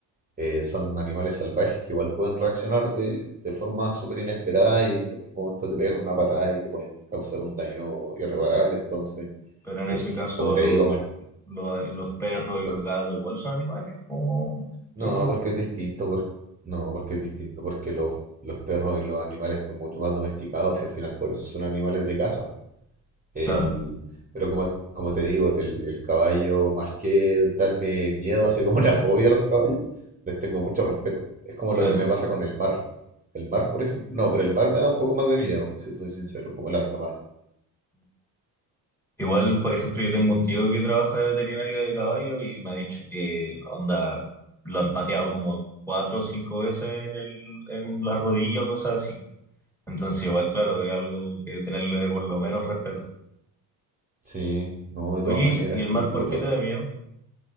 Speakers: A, on the right (about 15°); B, in the centre.
A: eh, son animales salvajes que igual pueden reaccionar de, de forma súper inesperada y en cualquier momento te pegan una patada y te pueden causar un daño irreparable. Entonces,
B: Pero en
A: eh,
B: ese caso
A: como te
B: lo-
A: digo, más,
B: lo- los perros y
A: por-
B: los gatos igual son animales como...
A: no,
B: instintivos.
A: porque es distinto, por- no, porque es distinto, porque los, los perros y los animales están mucho más domesticados y al final por eso son animales de casa. El,
B: Claro,
A: pero como, como te digo, el, el caballo, más que darme miedo, así como <laughs> una fobia a los caballos, les tengo mucho respeto. Es como
B: claro.
A: lo que me pasa con el mar. El mar, por ejemplo. No, pero el mar me da un poco más de miedo, si soy sincero, como el alta mar.
B: Igual, por ejemplo, yo tengo un tío que trabaja de veterinario de caballo y me ha dicho que, onda, lo han pateado como cuatro o cinco veces en el, en la rodilla o cosas así. Entonces, igual, claro, es algo que tenerle por lo menos respeto.
A: Sí, no, de
B: Oye,
A: todas maneras,
B: ¿y el
A: po-
B: mar
A: y por
B: por qué
A: lo,
B: te da miedo?